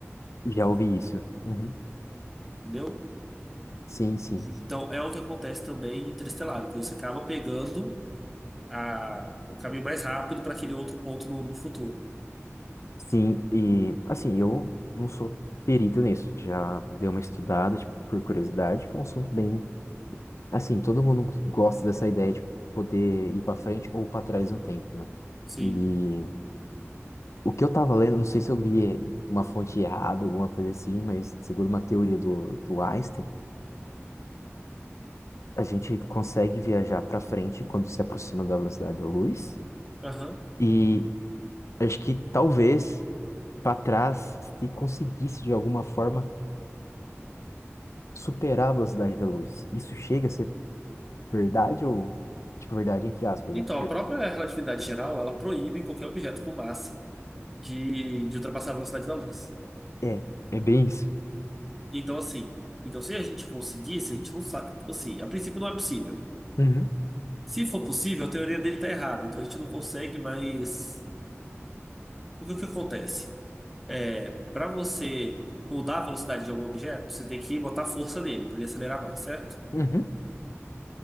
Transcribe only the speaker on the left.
Já ouvi isso. Uhum.
Sim, sim.
Sim, e assim, eu não sou perito nisso. Já dei uma estudada, tipo, por curiosidade, que é um assunto bem. Assim, todo mundo gosta dessa ideia de poder ir para frente ou para trás no tempo, né?
E o que eu tava lendo, não sei se eu li de uma fonte errada, alguma coisa assim, mas segundo uma teoria do, do Einstein, a gente consegue viajar para frente quando se aproxima da velocidade da luz.
E acho que talvez. para trás se conseguisse de alguma forma superar a velocidade da luz. Isso chega a ser verdade ou tipo verdade entre aspas,
né? Porque
é, é bem isso.
Uhum,
uhum,